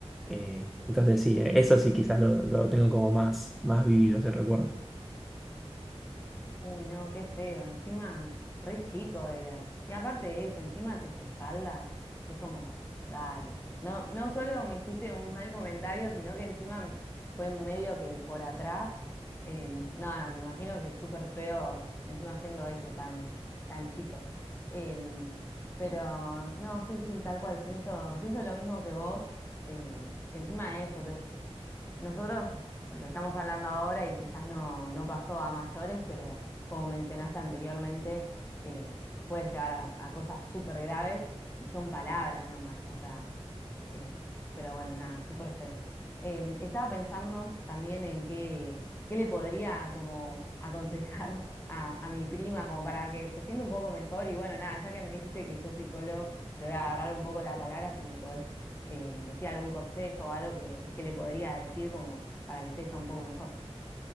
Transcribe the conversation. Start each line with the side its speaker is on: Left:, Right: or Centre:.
Centre: Eh, entonces sí, eh, eso sí quizás lo, lo tengo como más, más vivido ese recuerdo.
Left: Uy, no, qué feo. Encima, re chico eras. Y aparte de eso, encima tus espaldas, es como, dale. No, no solo me hiciste un mal comentario, sino que encima fue medio que por atrás. Em, no, no, me imagino que es súper feo encima haciendo eso tan, tan chico. Em, pero no, sí, sí, tal cual. Pienso, pienso lo mismo que vos. em, que encima de eso, te, nosotros lo estamos hablando ahora y quizás no, no pasó a mayores, pero como mencionaste anteriormente, eh, puede llevar a, a cosas súper graves y son palabras nomás, o sea, eh, pero bueno, nada, súper feo. Em, estaba pensando también en qué, qué le podría como aconsejar a, a mi prima como para que se sienta un poco mejor y bueno, nada, ya que me dijiste que sos psicólogo, te voy a agarrar un poco la palabra si me podés eh, decir algún consejo o algo que, que le podría decir como para que esté ya un poco mejor.